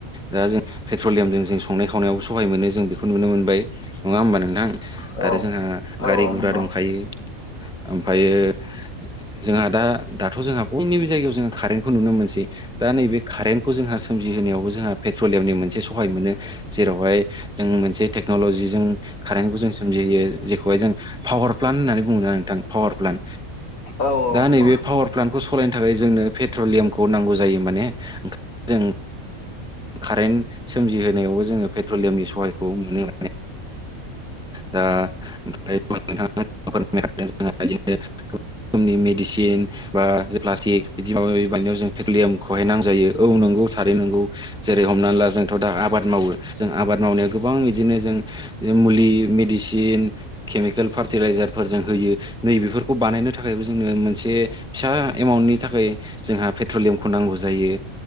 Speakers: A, in the centre; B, on the left (about 75°).
A: दा जों पेट्रलियामजों जों संनाय खावनायाव सहाय मोनो जों बेखौ नुनो मोनबाय नङा होमबा नोंथां
B: औ
A: आरो जोंहा गारि
B: औ
A: गुरा
B: नंगौ औ
A: दंखायो
B: नंगौ
A: ओमफ्रायो जोंहा दा दाथ' जोंहा बयनिबो जायगायाव जों कारेन्टखौ नुनो मोनसै दा नैबे कारेन्टखौ जोंहा सोमजिहोनायावबो जोंहा पेट्रलियामनि मोनसे सहाय मोनो जेरावहाय जों मोनसे टेक्न'ल'जिजों कारेन्टखौ जों सोमजिहयो जेखौहाय जों पावार प्लान्ट होननानै बुङो नोंथां पावार प्लान
B: औ
A: दा
B: नंगौ
A: नैबे
B: औ
A: पावार प्लान्टखौ सालायनो थाखाय जोंनो पेट्रलियामखौ नांगौ जायो माने ओंखायनो जों कारेन्ट सोमजिहोनायावबो जोङो पेट्रलियामनि सहायखौ मोनो हा दा ओ <unintelligible> रोखनि मेडिसिन बा प्लास्टिक बिदि माबा बानायनायाव जों पेट्रलियामखौहाय नांजायो औ नंगौ थारैनो नंगौ जेरै हमनानै ला जोंथ' दा आबाद मावो जों आबाद मावनायाव गोबां बिदिनो जों मुलि मेदिसिन केमिकेल फार्टिलाइजार फोर जों होयो नैबेफोरखौ बानायनो थाखायबो जों जोंनो मोनसे फिसा एमाउन्टनि थाखाय जोंहा पेट्रलियामखौ नांगौ जायो